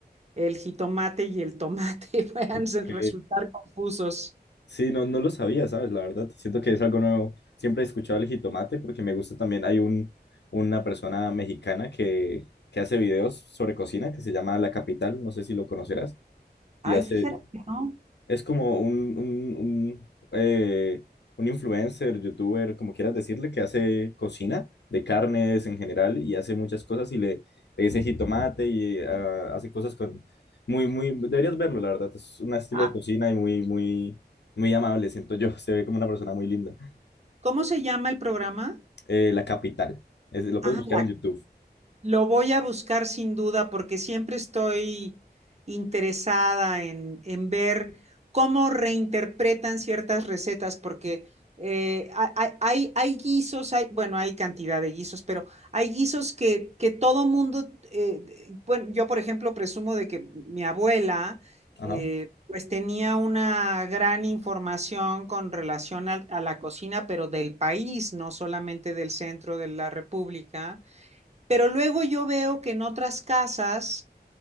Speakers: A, on the right; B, on the left.
A: el jitomate y el tomate <laughs> puedan
B: ok.
A: ser- resultar confusos.
B: Sí, no, no lo sabía, ¿sabes? La verdad, siento que es algo nuevo. Siempre he escuchado el jitomate porque me gusta también. Hay un, una persona mexicana que, que hace videos sobre cocina que se llama La Capital, no sé si lo conocerás,
A: Ay,
B: y hace,
A: fíjate, que ¿no?
B: Es como un, un, un, eh, un influencer, youtuber, como quieras decirle, que hace cocina de carnes en general y hace muchas cosas y le, le dice jitomate y eh, ah, hace cosas con... Muy, muy... Deberías verlo, la verdad. Es un estilo
A: Ah,
B: de cocina y muy, muy, muy amable, siento yo. <laughs> Se ve como una persona muy linda.
A: ¿cómo se llama el programa?
B: Eh, La Capital. Es- lo puedes
A: Ah,
B: buscar
A: la
B: en YouTube.
A: Lo voy a buscar sin duda porque siempre estoy interesada en, en ver cómo reinterpretan ciertas recetas, porque eh, ha- hay, hay guisos, hay, bueno, hay cantidad de guisos, pero hay guisos que, que todo mundo, eh, bueno, yo por ejemplo presumo de que mi abuela,
B: Ajá.
A: eh, pues tenía una gran información con relación al- a la cocina, pero del país, no solamente del centro de la República pero luego yo veo que en otras casas